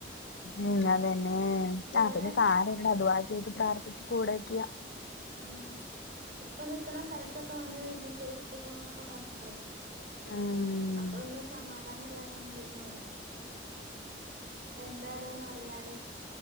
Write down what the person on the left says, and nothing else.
ഉം അതന്നെ
ആ പിന്നെ <unintelligible> ചെയ്ത് പ്രാർത്ഥിച്ചു കൂടക്കിയ
ഉം